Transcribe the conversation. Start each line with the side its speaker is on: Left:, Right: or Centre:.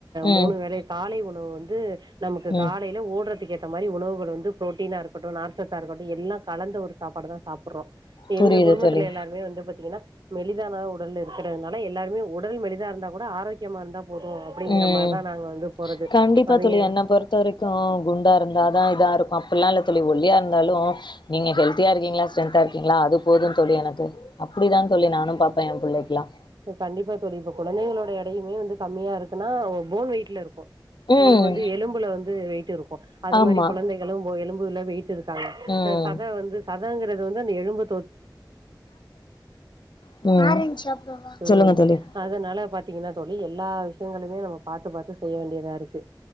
Left: ம்
Right: மூணு வேல காலை உணவு வந்து நமக்கு
Left: ம்
Right: காலையில ஓடுறதுக்கு ஏத்த மாரி உணவுகள் வந்து புரோட்டீனா இருக் ட்டும் நார் சத்தா இருக்கட்டு எல்லா கலந்த ஒரு சாப்பாடு தா சாப்பிடுறோ எங்க
Left: புரியுது
Right: குடும்பத்தி
Left: தோழி
Right: எல்லாருமே வந்து பாத்தீங்கன்னா மெளிதான உடல் இருக்கறதுனால எல்லாருமே உடல் மெலிதா இருந்தா கூட ஆரோக்கியமா இருந்தா போது அப்படிங்கிற
Left: ம்
Right: மாரிதா நாங்க வந்து போறது
Left: கண்டிப்பா
Right: அது
Left: தோழி
Right: ஏ
Left: என்ன பொறுத்த வரைக்கு குண்டா இருந்தாதா இதா இருக் அப்படிலா இல்ல தோழி ஒல்லியா இருந்தாலு நீங்க ஹெல்தியா இருக்கீங்களா ஸ்ட்ரென்தா இருக்கீங்களா அது போதும் தோழி எனக்கு அப்டிதா தோழி நானும் பாப்பேன் என் பிள்ளைக்கல்லாம்
Right: கண்டிப்பா தோழி இப்ப குழந்தைகளோட எடையுமே வந்து கம்மியாருக்குன்னா போன் வெயிட்ல இருக்கு
Left: ம்
Right: உங்களுக்கு வந்து எலும்புல வந்து வெயிட்டு இருக்கு அது
Left: ஆமா
Right: மாரி குழந்தைகளும் போ எலும்புல வெயிட் இருக்காங்க
Left: ம்
Right: சதை வந்து சதைங்கிறது வந்து அந்த எழும்ப
Left: ம்
Right: ம்
Left: சொல்லுங்க தோழி
Right: அதனால பாத்தீங்கன்னா தோழி எல்லா விஷயங்களுமே நம்ம பாத்து பாத்து செய்ய வேண்டியதா இருக்கு